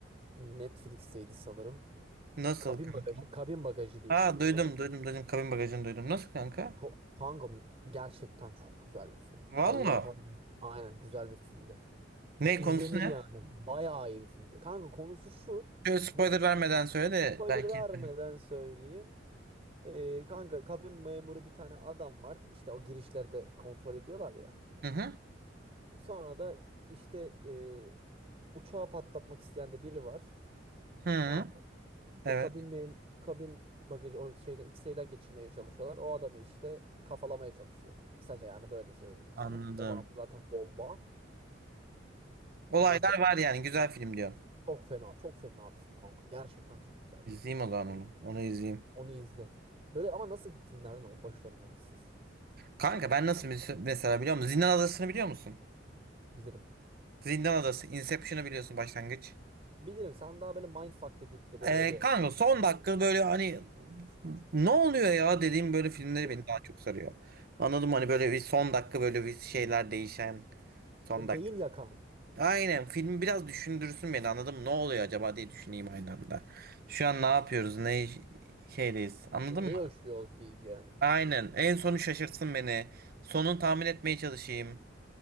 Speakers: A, on the right (about 35°); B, on the right (about 55°).
A: Netflix'teydi sanırım.
B: Nasıl
A: Kabin
B: kanka?
A: Bagajı. Kabin Bagajı diye
B: Ha
A: bir film
B: duydum
A: var.
B: duydum duydum kabin bagajını duydum. Nasıl kanka?
A: Çok, kanka gerçekten çok güzel bir film.
B: Valla.
A: Allah var. Aynen güzel bir filmdi.
B: Ne
A: Yani izlenir
B: konusu ne?
A: yani. Bayağı iyi bir filmdi. Kanka konusu şu.
B: Şöyle spoiler
A: Nasıl bir
B: vermeden
A: şey?
B: söyle de
A: Spoiler
B: belki
A: vermeden
B: izlerim.
A: söyleyeyim. Ee, kanka kabin memuru bir tane adam var. İşte o girişlerde kontrol ediyorlar ya.
B: Hı hı.
A: Sonra da işte e, uçağı patlatmak isteyen de biri var.
B: Hı hı.
A: Tamam mı?
B: Evet.
A: O kabin mem kabin bagajı o şeyden X-ray'den geçirmeye çalışıyorlar. O adamı işte kafalamaya çalışıyor. Kısaca yani böyle söyleyeyim
B: Anladım.
A: sana. Devamı zaten bomba.
B: Olaylar
A: Ama o çok
B: var
A: güzel.
B: yani güzel film diyorum.
A: Çok fena. Çok fena bir film kanka. Gerçekten çok güzel
B: İzleyeyim
A: bir film yani.
B: o zaman
A: Allah-
B: onu. Onu izleyeyim.
A: Onu izle. Böyle ama nasıl filmlerden hoşlanıyorsunuz siz?
B: Kanka ben nasıl mes- mesela biliyor musun? Zindan Adası'nı biliyor musun?
A: Bilirim.
B: Zindan Adası, Inception'ı biliyorsun başlangıç.
A: Bilirim sen daha böyle mindfuck dedikleri
B: Ee,
A: böyle,
B: kanka son
A: Evet,
B: dakika böyle hani ne oluyor ya dediğim böyle filmleri
A: değil
B: beni
A: mi?
B: daha çok sarıyor. Anladım hani böyle bir son dakika böyle bir şeyler değişen son
A: böyle
B: dakika.
A: beyin yakan.
B: Aynen film biraz düşündürsün beni anladım Ne oluyor acaba diye düşüneyim aynı anda. Şu an ne yapıyoruz? Ne şeydeyiz? Anladın
A: Ne
B: mı?
A: yaşıyoruz diyeceğin bir
B: Aynen.
A: film oldu.
B: En sonu şaşırtsın beni. Sonunu tahmin etmeye çalışayım.